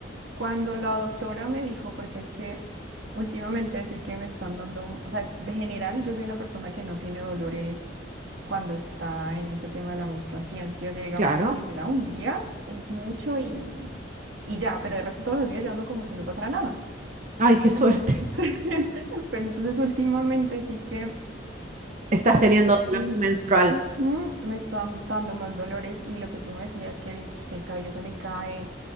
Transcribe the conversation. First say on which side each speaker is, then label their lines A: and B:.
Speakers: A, on the right; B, on the right.
A: cuando la doctora me dijo, porque es que últimamente sí que me están dando, o sea, de general yo soy una persona que no tiene dolores cuando está en este tema de la menstruación, ¿sí? O sea, digamos
B: claro.
A: que si me da un día es mucho y, y ya, pero de resto todos los días yo ando como si no pasara nada.
B: Ay, qué suerte.
A: <laughs> Sí, Pero entonces últimamente sí que
B: <laughs> Estás
A: me, has-
B: teniendo dolor
A: Mm,
B: menstrual.
A: ujú, me están dando más dolores y lo que tú me decías que el, que el cabello se me cae,